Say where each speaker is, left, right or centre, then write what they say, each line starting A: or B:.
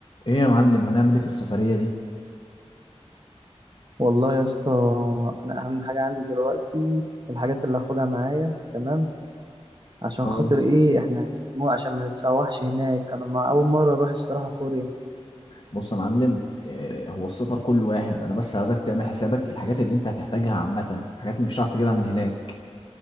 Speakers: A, on the left (about 50°); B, on the right (about 40°).
A: ايه يا معلم هنعمل ايه في السفرية دي
B: والله يا اسطى انا اهم حاجه عندي دلوقتي الحاجات اللي هاخدها معايا تمام عشان
A: اه
B: خاطر ايه احنا مو عشان ما نتسوحش هناك انا ما اول مره اروح الصراحه كوريا
A: بص يا معلم إيه هو السفر كله واحد انا بس عايزك تعمل حسابك الحاجات اللي انت هتحتاجها عامة الحاجات اللي مش هتعرف تجيبها من هناك